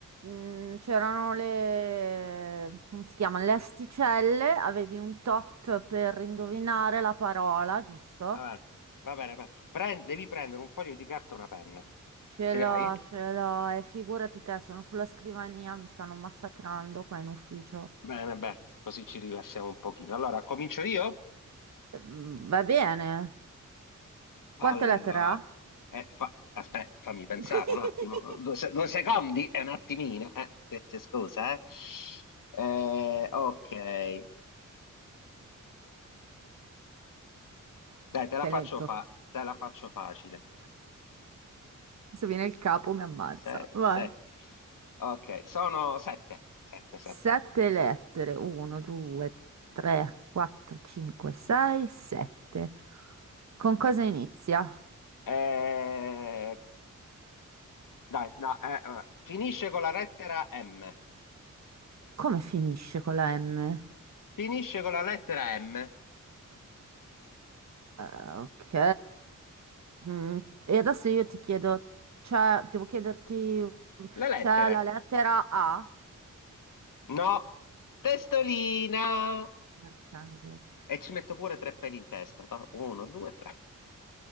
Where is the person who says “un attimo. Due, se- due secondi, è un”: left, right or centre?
Left